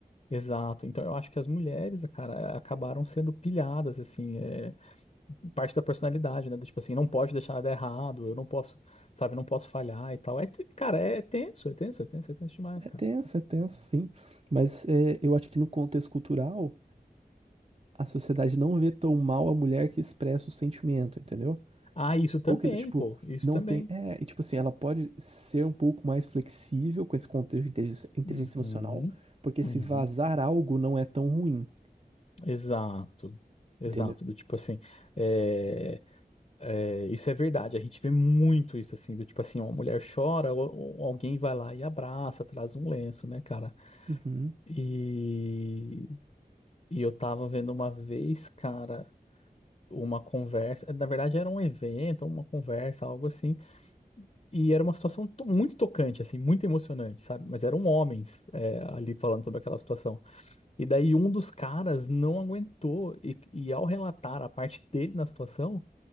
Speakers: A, on the left; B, on the right.
A: Exato. Então eu acho que as mulheres, cara, acabaram sendo pilhadas, assim, é, parte da personalidade, né? Do Tipo assim, não pode deixar nada errado, eu não posso, sabe, não posso falhar e tal. É, te- cara, é tenso, é tenso, é tenso, é tenso demais,
B: É
A: cara.
B: tenso, é tenso, sim. Mas é, eu acho que no contexto cultural, a sociedade não vê tão mal a mulher que expressa o sentimento, entendeu?
A: Ah, isso também,
B: Ou que do tipo,
A: pô, isso
B: não
A: também.
B: tem. É, e tipo assim, ela pode ser um pouco mais flexível com esse contexto de inteligência, inteligência
A: Uhum,
B: emocional, porque se
A: uhum.
B: vazar algo não é tão ruim,
A: Exato, exato,
B: entendeu?
A: do tipo assim, é, é, isso é verdade, a gente vê muito isso assim, do tipo assim, uma mulher chora, ou, ou alguém vai lá e abraça, traz um lenço, né, cara?
B: Uhum,
A: E, e eu tava vendo uma vez, cara, uma conversa, na verdade era um evento, uma conversa, algo assim, e era uma situação to- muito tocante, assim, muito emocionante, sabe? Mas eram homens, é, ali falando sobre aquela situação. E daí um dos caras não aguentou e, e ao relatar a parte dele na situação,